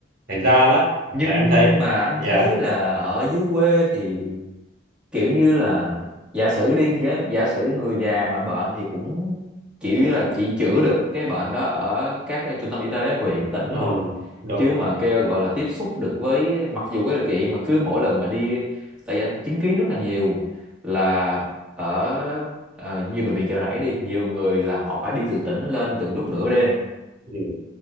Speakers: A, on the right; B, in the centre.
A: thành ra là
B: nhưng
A: là em thấy
B: mà anh
A: dạ
B: thấy là ở dưới quê thì kiểu như là giả sử đi giả, giả sử người già mà bệnh thì cũng kiểu như là chỉ chữa được cái bệnh đó ở các cái trung tâm y tế huyện tỉnh
A: ừ
B: thôi
A: đúng
B: chứ mà kêu gọi là tiếp xúc được với mặc dù cái điều kiện mà cứ mỗi lần mà đi tại vì anh chứng kiến rất là nhiều là ở ờ, nhiều bệnh viện chợ rẫy đi nhiều người là họ phải đi từ tỉnh lên từ lúc nửa đêm
A: ừ